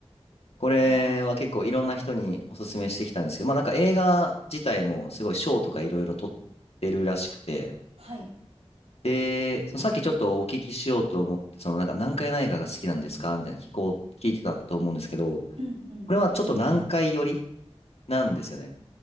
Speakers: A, on the left; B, on the right.
A: これは結構いろんな人におすすめしてきたんですけど、
B: あ
A: まあなんか映画自体もすごい賞とかいろいろ取ってるらしくて、
B: あ、はい。
A: で、そのさっきちょっとお聞きしようと思って、そのなんか南海内科が好きなんですかみたいな聞こう、聞いてたと思うんですけど、
B: うん、うん、
A: これはちょっと南海寄り
B: うん、うん。
A: なんですよね。